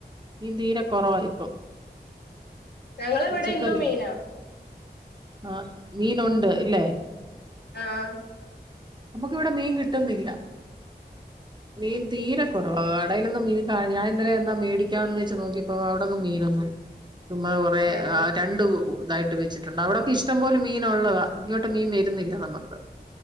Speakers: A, on the right; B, on the left.
A: മീൻ തീരെ കുറവായിപ്പം
B: ഞങ്ങളിവിടെ
A: പച്ചക്കറി
B: ഇന്നും മീനാ
A: ആഹ് മീനുണ്ട് ഇല്ലേ
B: ആഹ്
A: നമുക്കിവിടെ മീൻ കിട്ടുന്നില്ല മീൻ തീരെ കുറവ കടയിലൊന്നും മീൻ കാ ഞാൻ ഇന്നലെ എന്താ മേടിക്കാന്ന് വെച്ച് നോക്കിയപ്പോ അവിടെന് മീനൊന്നും ഇല്ല ചുമ്മാ കുറേ
B: ഏ ഏ
A: ആ രണ്ട് ഇതായിട്ട് ഇട്ട് വെച്ചിട്ടുണ്ട് അവിടൊക്കെ ഇഷ്ടം പോല മീൻ ഉള്ളതാ ഇങ്ങോട്ട് മീൻ വരുന്നില്ല നമുക്ക്